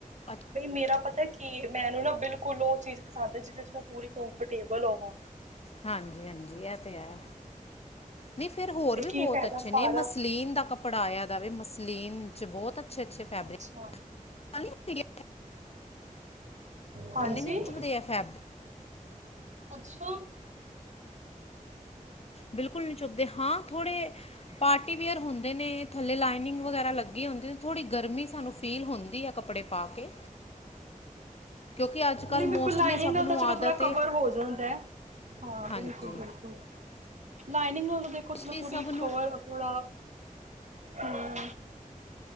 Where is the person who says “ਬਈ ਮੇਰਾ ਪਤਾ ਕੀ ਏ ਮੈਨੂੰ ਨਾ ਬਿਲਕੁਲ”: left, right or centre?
Right